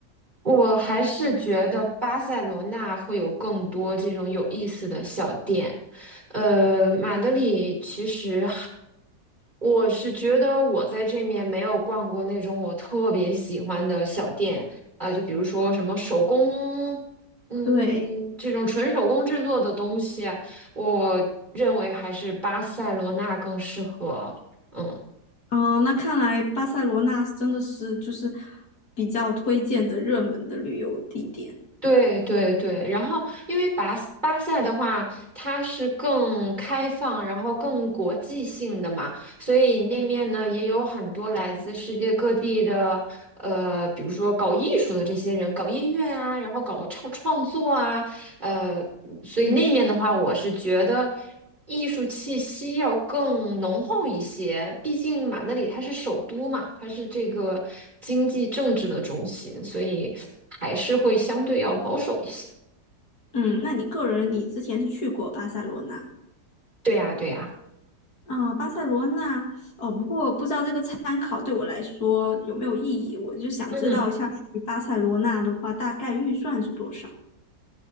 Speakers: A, on the right; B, on the left.
A: 我还是觉得巴塞罗那会有更多这种有意思的小店。呃，马德里其实我是觉得我在这面没有逛过那种我特别喜欢的小店，啊、就比如说什么手工，嗯，
B: 对，
A: 这种纯手工制作的东西，我认为还是巴塞罗那更适合。嗯。
B: 哦，那看来巴塞罗那真的是就是比较推荐的热门的旅游地点。
A: 对对对，然后因为巴斯巴塞的话，它是更开放，然后更国际性的嘛，所以那面呢也有很多来自世界各地的，呃，比如说搞艺术的这些人，搞音乐啊，然后搞创创作啊，呃，所以那面的话，
B: 嗯
A: 我是觉得艺术气息要更浓厚一些。毕竟马德里它是首都嘛，它是这个经济政治的中心，所以还是会相对要保守一些。
B: 嗯，那你个人你之前是去过巴塞罗那？
A: 对呀，对呀，
B: 啊、巴塞罗那哦，不过不知道这个参考对我来说有没有意义，我就想知道一下去巴塞罗那的话，
A: 嗯，
B: 大概预算是多少？